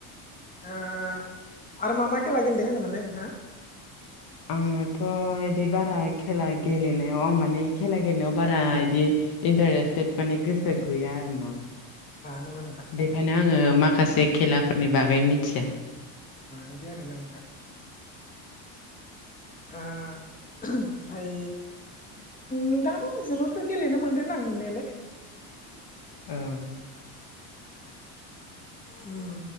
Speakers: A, on the left (about 20°); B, on the left (about 55°).
A: आरो मा मा खेला गेलेदों होनदोंमोनलाय नोंथाङा।
B: आङोथ' बिदि बारा खेला गेलेनायाव आं माने खेला गेलेनायाव बारा बिदि इन्टारेस्टेट गोसो गैया आरोना।
A: नामा नोंथां
B: बेखायनो आङो माखासे खेलाफोरनि बागै मिथिया।
A: इदि आरोना नोंथां। ओं ओमफ्राय। नोंथां' जोलुरखौ गेलेनो मोनदों आं मोननायालाय।
B: उम।
A: उम।